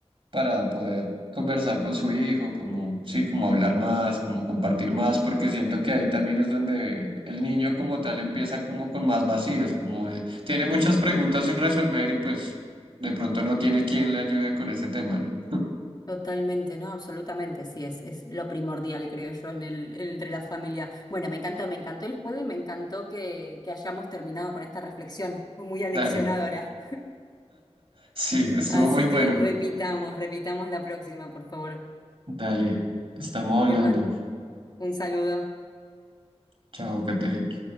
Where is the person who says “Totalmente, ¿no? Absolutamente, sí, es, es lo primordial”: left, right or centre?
Left